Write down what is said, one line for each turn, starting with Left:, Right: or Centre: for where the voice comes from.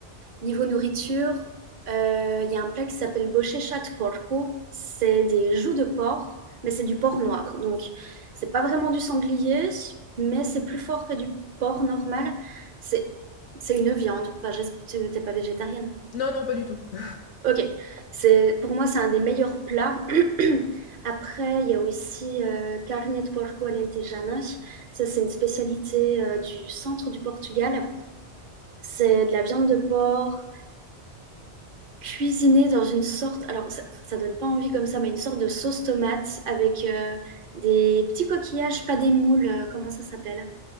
Right: niveau nourriture, euh, il y a un plat qui s'appelle bochechat de porco. C'est des joues de porc, mais c'est du porc noir. Donc, c'est pas vraiment du sanglier, mais c'est plus fort que du porc normal. C'est c'est une viande. Enfin, j'es- t'es t'es pas végétarienne.
Left: Non, non, pas du tout. <laughs>
Right: Ok, c'est pour moi c'est un des meilleurs plats. <clears throat> Après, il y a aussi euh, carne de porco alentejana. Ça, c'est une spécialité euh, du centre du Portugal. C'est de la viande de porc cuisinée dans une sorte, alors ça, ça donne pas envie comme ça, mais une sorte de sauce tomate avec euh, des petits coquillages, pas des moules, euh, comment ça s'appelle?